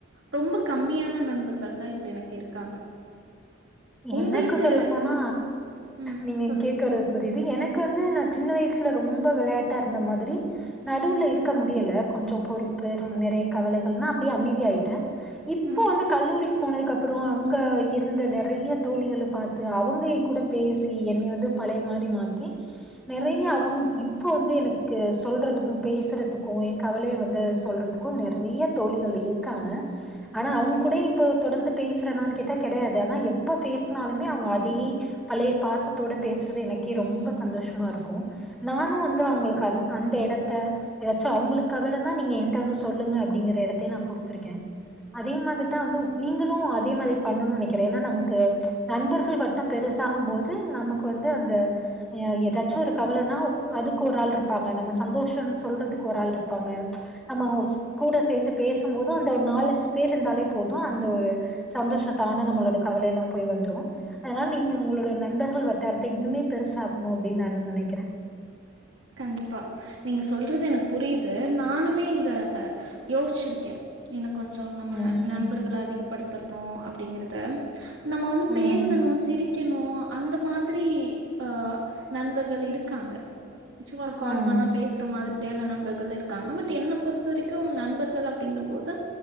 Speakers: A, on the right; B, in the centre.
A: ரொம்ப கம்மியான நண்பர்கள் தா இப்ப எனக்கு இருக்காங்க உங்களுக்கு
B: எனக்கு சொல்ல போனா
A: ம்.
B: நீங்க
A: சொல்லுங்க.
B: கேக்குறது புரிது எனக்கு வந்து நா சின்ன வயசுல ரொம்ப வெளையாட்டா இருந்த மாதிரி நடுவுல இருக்க முடியல கொஞ்சோ பொறுப்பு நிறைய கவலைகனா அப்டியே அமைதி ஆய்ட்ட இப்ப
A: ம்.
B: வந்து கல்லூரிக் போனதுக்கு அப்புறோ அங்க இருந்த ந நறைய தோழிகள பாத்து அவங்க எ கூட பேசி என்னைய வந்து பழைய மாரி மாத்தி நிறைய அவங்க இப்ப வந்து எனக்கு சொல்றதுக்கு பேசுறதுக்கு எ கவலைய வந்து சொல்றதுக்கு க்கும் நிறைய தோழிகள் இருக்காங்க ஆனா அவங்க
A: ம்.
B: கூட இப்போ தொடர்ந்து பேசுறனான்னு கேட்டா கெடையாது ஆனா எப்ப பேசுனாலுமே அவங்க அதையே பழைய பாசத்தோட பேசுறது எனக்கே ரொம்ப சந்தோஷமா இருக்கு நானு வந்து
A: ம்.
B: அவங்களுக்கு அந் அந்த எடத்த ஏதாச்சு அவங்களுக்கு கவலனா நீங்க என்ட்ட வந்து சொல்லுங்க அப்டிங்கற எடத்தயு நா குடுத்திருக்க அதே மாதிரிதா வந்து நீங்களு அதே மாதிரி பண்ணு நினைக்கிற ஏன்னா நமக் கு நண்பர்கள் மட்டும் பெருசாகும் போது நமக்கு வந்து அந்த அ ஏதாச்சு ஒரு கவலனா அதுக்கு ஒரு ஆள் இருப்பாங்க நம்ம சந்தோஷம் சொல்றதுக்கு ஒரு ஆள் இருப்பாங்க நம்ம கூட சேந்து பேசும் போதும் அந்த ஒரு நாலஞ்சு பேர் இருந்தாலே போது அந்த ஒரு சந்தோஷத்தானா நம்மளோட கவலல்லா போய் வந்துரு அதனால நீங்க உங்களோட நண்பர்கள் வட்டாரத்த இன்னுமே பெருசாக்கணு அப்டின்னு நானு நெனைக்கிற
A: கண்டிப்பா நீங்க சொல்றது எனக்கு புரியுது நானுமே இத யோசிச்சிருக்க இன்னு கொஞ்சோ நம்ம
B: ம்
A: நண்பர்கள அதிகப்படுத்தணு அப்டிங்கிறத நம்ம வந்து
B: ம்
A: பேசணு சிரிக் க்கணு அந்த மாதிரி அ நண்பர்கள் இருக்காங்க சும்மா ஒரு கால்
B: ம்
A: பண்ணா பேசுற மாதி யான நண்பர்கள் இருக்காங்க பட் என்ன பொறுத்த வரைக்கு நண்பர்கள் அப்டிங்கிற போது